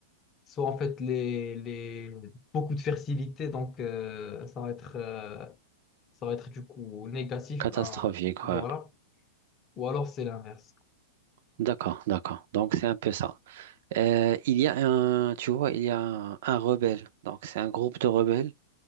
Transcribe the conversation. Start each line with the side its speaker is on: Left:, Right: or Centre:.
Left: soit en fait les, les beaucoup de fertilité, donc euh, ça va être, euh, ça va être du coup négatif,
Right: Catastrophique,
Left: hein, voilà.
Right: ouais.
Left: Ou alors c'est l'inverse,
Right: D'accord, d'accord. Donc c'est un peu ça. Euh, il y a un, tu vois, il y a un, un rebelle. Donc, c'est un groupe de rebelles